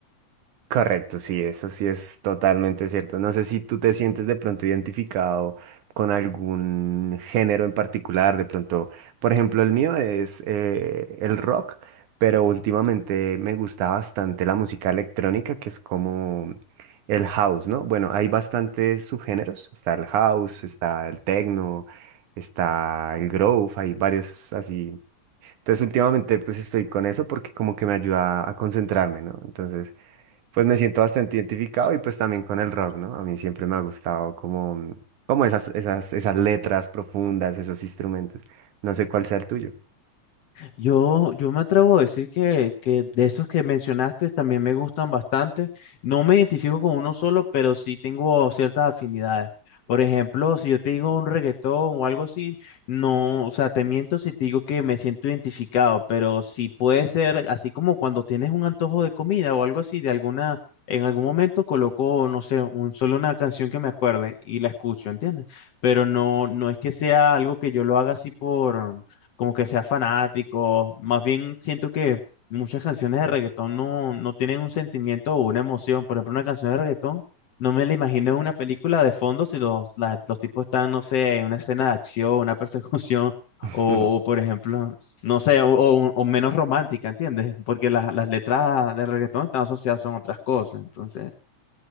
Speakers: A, on the right; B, on the left.
A: Correcto, sí, eso sí es totalmente cierto. No sé si tú te sientes de pronto identificado con algún género en particular, de pronto, por ejemplo, el mío es eh, el rock, pero últimamente me gusta bastante la música electrónica, que es como el house, ¿no? Bueno, hay bastantes subgéneros, está el house, está el techno, está el groove, hay varios así entonces últimamente pues estoy con eso porque como que me ayuda a concentrarme, ¿no? Entonces pues me siento bastante identificado y pues también con el rock, ¿no? A mí siempre me ha gustado como, mm, como esas, esas, esas letras profundas, esos instrumentos. No sé cuál sea el tuyo.
B: Yo, yo me atrevo a decir que, que de esos que mencionaste también me gustan bastante. No me identifico con uno solo, pero sí tengo ciertas afinidades. Por ejemplo, si yo te digo un reggaetón o algo así, no, o sea, te miento si te digo que me siento identificado, pero sí puede ser así como cuando tienes un antojo de comida o algo así, de alguna, en algún momento coloco, no sé, un, solo una canción que me acuerde y la escucho, ¿entiendes? Pero no, no es que sea algo que yo lo haga así por como que sea fanático. Más bien siento que muchas canciones de reggaetón no, no tienen un sentimiento o una emoción. Por ejemplo, una canción de reggaetón, no me la imagino en una película de fondo si los, la- los tipos están, no sé, en una escena de acción, una <laughs> persecución.
A: <laughs>
B: O, o, por ejemplo, no sé, o, o- o menos romántica, ¿entiendes? Porque las, las letras de reggaetón están asociadas a otras cosas. Entonces,